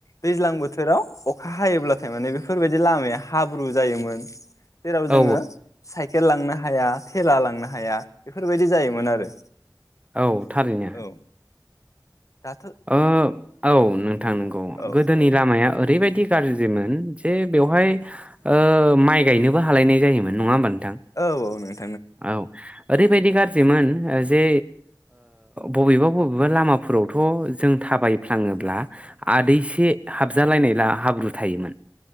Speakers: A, on the left; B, on the right.
A: दैज्लां बोथोराव अ अखा हायोब्लाथाय माने बेफोरबायदि लामाया हाब्रु जायोमोन जेराव
B: औ
A: जोङो साइकेल साइकेल लांनो हाया थेला लांनो हाया बेफोरबायदि जायोमोन आरो
B: औ थारैनो
A: औ दाथ'
B: ओ औ नोंथां नंगौ
A: औ
B: गोदोनि
A: औ
B: लामाया ओरैबायदि गाज्रिमोन जे बेवहाय ओ माइ गायनोबो हालायनाय जायोमोन नङा होमबा नोंथां
A: औ औ नोंथां।
B: औ ओरैबायदि गाज्रिमोन। गाज्रिमोन जे बबेबा बबेबा लामाफोरावथ जों थाबायफ्लाङोब्ला आदैसे हाबजालायनाय हाब्रु थायोमोन।